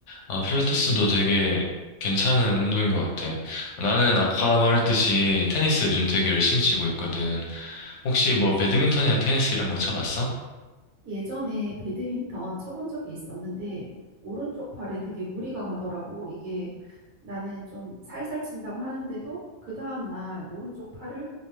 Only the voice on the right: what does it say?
예전에 배드민턴 쳐본 적이 있었는데, 오른쪽 팔에 되게 무리가 가더라고. 이게 나는 좀 살살 친다고 하는데도, 그 다음날 오른쪽 팔을